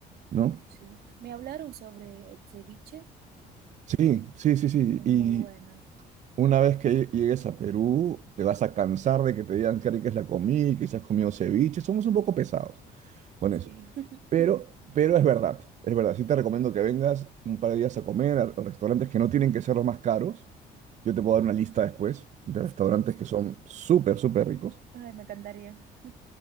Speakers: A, on the right (about 45°); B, on the right (about 65°).
A: ¿no?
B: Oh, sí. Me hablaron sobre el ceviche,
A: Sí, sí, sí, sí.
B: es
A: Y
B: muy buena.
A: una vez que lle- llegues a Perú, te vas a cansar de que te digan qué rica es la comida, y que si has comido ceviche. Somos un poco pesados con
B: Sí,
A: eso.
B: <laughs>
A: Pero, pero es verdad, es verdad. Sí te recomiendo que vengas un par de días a comer a, a restaurantes que no tienen que ser los más caros. Yo te puedo dar una lista después de
B: sí.
A: restaurantes que son súper, súper ricos.
B: Ay, me encantaría.